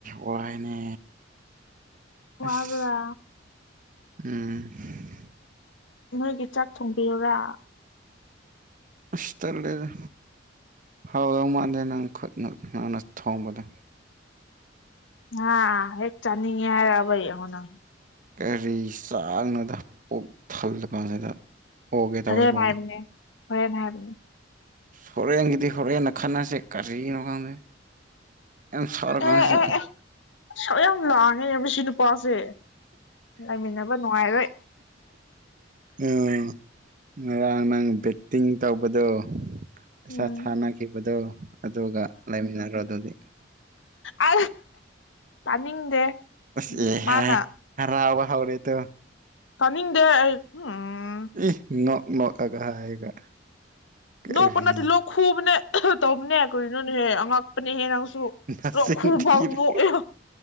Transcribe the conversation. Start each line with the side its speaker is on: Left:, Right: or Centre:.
Right: ꯋꯥꯏꯅꯦ
Left: ꯋꯥꯕ꯭ꯔꯥ
Right: ꯑꯁ ꯎꯝ
Left: ꯅꯣꯏꯒꯤ ꯆꯥꯛ ꯊꯣꯡꯕꯤꯌꯨꯔꯥ
Right: ꯑꯁ ꯇꯜꯂꯦꯗ ꯍꯥꯎꯗꯧ ꯃꯥꯟꯗꯦ ꯅꯪ ꯈꯨꯠꯅ ꯅꯪꯅ ꯊꯣꯡꯕꯗꯣ
Left: ꯍꯥꯥ ꯍꯦꯛ ꯆꯥꯅꯤꯡꯉꯦ ꯍꯥꯏꯔꯛꯑꯕ ꯌꯦꯡꯎ ꯅꯪ
Right: ꯀꯔꯤ ꯆꯥꯛꯅꯣꯗ ꯄꯨꯛ ꯊꯜꯂꯕ ꯀꯥꯟꯁꯤꯗ ꯑꯣꯒꯦ ꯇꯧꯋꯦꯀꯣ
Left: ꯍꯣꯔꯦꯟ ꯍꯥꯏꯕꯅꯦ <inaudible>
Right: ꯍꯣꯔꯦꯟꯒꯤꯗꯤ ꯍꯣꯔꯦꯟꯅ ꯈꯟꯅꯁꯦ ꯀꯔꯤꯅꯣ ꯈꯪꯗꯦ ꯌꯥꯝ ꯁꯥꯎꯔ
Left: ꯑꯦ
Right: ꯀꯥꯟꯁꯤꯗ
Left: ꯑꯦ ꯑꯦ ꯏꯁꯧ ꯌꯥꯝ ꯂꯥꯡꯉꯤꯅꯦ ꯃꯁꯤ ꯅꯨꯄꯥꯁꯦ ꯂꯩꯃꯤꯟꯅꯕ ꯅꯨꯡꯉꯥꯏꯔꯣꯏ
Right: ꯎꯝ ꯉꯔꯥꯡ ꯅꯪ ꯕꯦꯠꯇꯤꯡ ꯇꯧꯕꯗꯣ ꯄꯩꯁꯥ
Left: ꯎꯝ
Right: ꯊꯥꯅꯈꯤꯕꯗꯣ ꯑꯗꯨꯒ ꯂꯩꯃꯤꯟꯅꯔꯣ ꯑꯗꯨꯗꯤ
Left: ꯑ ꯇꯥꯅꯤꯡꯗꯦ
Right: ꯑꯁ
Left: ꯃꯥꯅ
Right: ꯑ ꯍꯔꯥꯎ ꯍꯧꯔꯦ ꯇꯨ
Left: ꯇꯥꯅꯤꯡꯗꯦ ꯑꯩ ꯎꯝ
Right: ꯏ ꯅꯣꯛ ꯅꯣꯛꯑꯒ ꯍꯥꯏꯔꯒ ꯀꯔꯤ
Left: ꯅꯣꯛꯄ ꯅꯠꯇꯦ ꯂꯣꯛ ꯈꯨꯕꯅꯦ ꯑꯥ ꯍꯨ ꯇꯧꯕꯅꯦ ꯀꯩꯅꯣ ꯅꯦꯍꯦ ꯑꯉꯛꯄꯅꯤꯍꯦ ꯅꯥꯪꯁꯨ
Right: ꯅꯆꯤꯟ
Left: ꯂꯣꯛ ꯈꯨꯐꯧ
Right: ꯊꯤꯔꯦ
Left: ꯅꯣꯛꯑꯦ ꯍꯥꯏꯕ